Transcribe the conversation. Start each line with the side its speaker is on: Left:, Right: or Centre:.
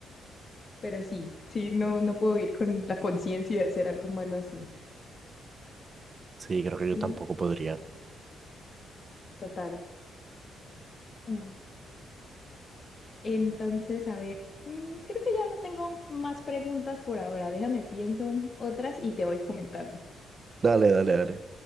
Left: pero sí, sí, no, no puedo ir con la conciencia de hacer algo malo así.
Right: Sí, creo que yo
Left: Y
Right: tampoco podría.
Left: total. mm, Entonces, a ver, mm, creo que ya no tengo más preguntas por ahora, déjame pienso otras y te voy comentando.
Right: Dale, dale, dale.